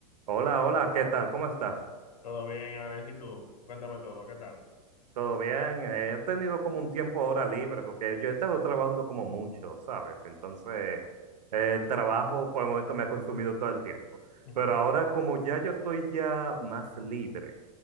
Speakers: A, on the right; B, on the left.
A: Hola, hola, ¿qué tal? ¿Cómo estás?
B: Todo bien, Alex, ¿y tú? Cuéntame todo, ¿qué tal?
A: ¿Todo bien? Eh, He tenido como un tiempo ahora libre porque yo he estado trabajando como mucho, ¿sabes? Entonces, eh, el trabajo por el momento me ha consumido todo el tiempo.
B: <laughs>
A: Pero ahora como ya yo estoy ya más libre,